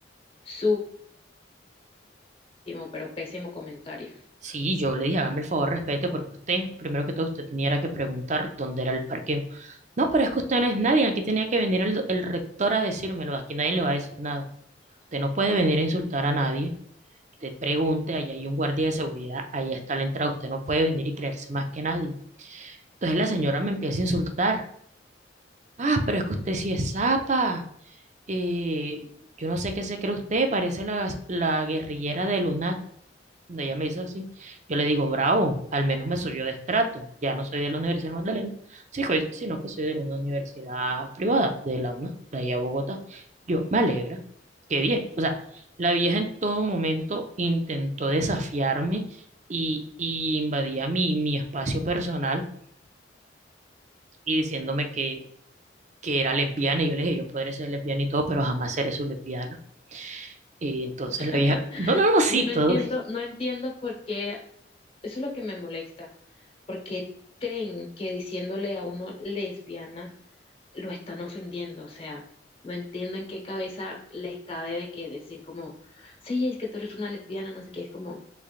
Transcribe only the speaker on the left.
su último pero pésimo comentario.
<laughs>
Yo no
entiendo, no entiendo por qué, eso es lo que me molesta, porque creen que diciéndole a uno lesbiana lo están ofendiendo, o sea, no entiendo en qué cabeza les cabe de que decir como, sí, es que tú eres una lesbiana, no sé qué, es como,